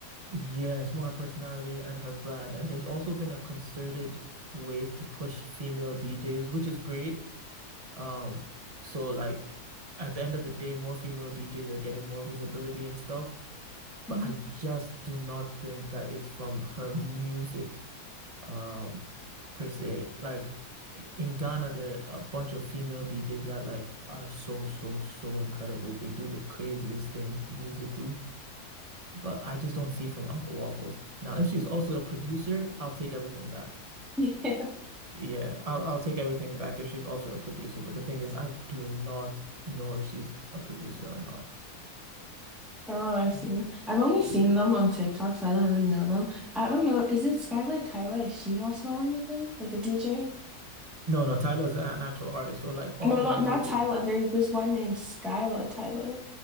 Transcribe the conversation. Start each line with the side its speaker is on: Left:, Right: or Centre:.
Right: yeah, it's more her personality and her brand. And there's also been a concerted wave to push female DJs, which is great. Um, so like at the end of the day, more female DJs are getting more visibility and stuff,
Centre: hmm
Right: but I just do not think that it's from her music, um, per se. Like i- in Ghana, there are a bunch of female DJs that like are so, so, so incredible. They do the craziest things musically, but I just don't see it from Uncle Waffles. Now, if she's also a producer, I'll take everything back.
Centre: <laughs>
Right: Yeah, I'll I'll take everything back if she's also a producer. But the thing is, I do not know if she's a producer or not.
Centre: Oh, I see.
Right: Mm,
Centre: I've only
Right: Yeah.
Centre: seen them on TikTok, so I don't really know them. I don't know. Is it Skylar Tyler? Is she also one of them? Like a DJ?
Right: No, no, Tyler's an actual artist. So like all
Centre: No,
Right: the
Centre: not
Right: music
Centre: not Tyler.
Right: is
Centre: There's this one named Skylar Tyler.